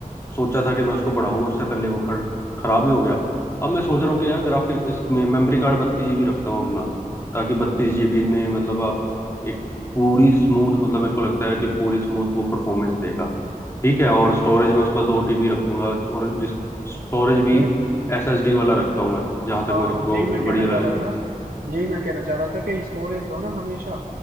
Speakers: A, on the left; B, on the right.
A: सोचा था कि मैं उसको बढ़ाऊंगा उससे पहले वो खर, खराब ही हो गया अब मैं सोच रहा हूँ कि यार ग्राफिक इसमें मेमोरी कार्ड बत्तीस जीबी रखता हूँ अपना ताकि बत्तीस जीबी में मतलब आप एक पूरी स्मूथ मतलब मेरे को लगता है कि पूरी स्मूथ वो परफॉर्मेंस देगा ठीक है और स्टोरेज में उसका दो टीबी रखूंगा और जिस स्टोरेज भी
B: है
A: एसएसडी वाला रखता हूँ मैं जहां तक
B: हाँ
A: मेरे को
B: यही मैं कहना
A: बढ़िया
B: चाह
A: लग
B: रहा
A: रहा है
B: था यही मैं कहना चाह रहा था कि स्टोरेज जो ना हमेशा